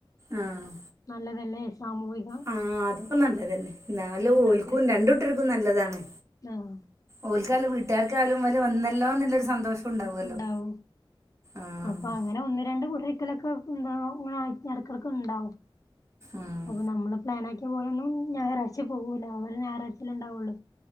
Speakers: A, on the right; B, on the left.
A: ആഹ്
B: നല്ലതല്ലേ സാമൂഹ.
A: ആഹ് അതിപ്പോ നല്ലത് തന്നെ എന്നാലും
B: ഉണ്ടാക്കിയെടുക്കാം
A: ഓൽക്കും രണ്ട ഇട്ടർക്കും നല്ലതാണ്.
B: ആഹ്
A: ഓൽക്കാലും വീട്ടുകാക്ക ആാലും വല വന്നല്ലോന്ന എന്നല്ലൊരു സന്തോഷം. ഉണ്ടാവുമല്ലോ
B: ഉണ്ടാവും.
A: ആഹ്
B: അപ്പൊ അങ്ങനെ ഒന്ന് രണ്ട് കുടരിക്കലൊക്കെ അങ്ങനെ ആടക്കൊക്കെ ഉണ്ടാവും.
A: ഉം
B: അപ്പൊ നമ്മള് പ്ലൻ ആാക്കിയ പോലെൊന്നും ഞായറാഴ്ച പോകൂല അവര് ഞായറാഴ്ചൽ ഉണ്ടാവുള്ളൂ.